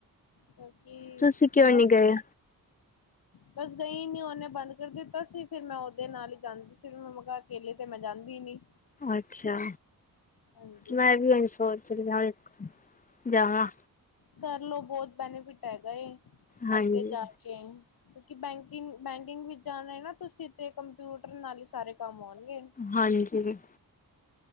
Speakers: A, on the left; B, on the left.
A: ਕਿਉਂਕਿ
B: ਤੁਸੀਂ ਕਿਉਂ
A: ਬਸ
B: ਨੀ ਗਏ।
A: ਬਸ ਗਈ ਨੀ ਉਹਨੇ ਬੰਦ ਕਰ ਦਿੱਤਾ ਸੀ ਫਿਰ ਮੈਂ ਉਹਦੇ ਨਾਲ ਹੀ ਜਾਂਦੀ ਸੀ ਫ ਮੈਂ ਕੱਲੀ ਤੇ ਮੈਂ ਜਾਂਦੀ ਨੀ।
B: ਅੱਛਾ
A: ਹਾਂਜੀ
B: ਮੈਂ ਵੀ ਹ ਸੋਚ ਰਹੀ ਹ ਇੱਕ ਜਾਵਾਂ।
A: ਕਰਲਓ ਬਹੁਤ ਬੈਨੀਫਿਟ ਹੈਗਾ ਏ
B: ਹਾਂਜੀ
A: ਅੱਗੇ ਜਾ ਕੇ ਕਿਉਂਕਿ ਬੈਂਕਿੰਗ ਬੈਂਕ। ਦਿਨ ਵਿੱਚ ਜਾਣਾ ਨਾ ਤੁਸੀਂ। ਤੇ ਕੰਪਿਊਟਰ ਨਾਲ ਹੀ ਸਾਰੇ ਕੰਮ ਹੋਣਗੇ।
B: ਹਾਂਜੀ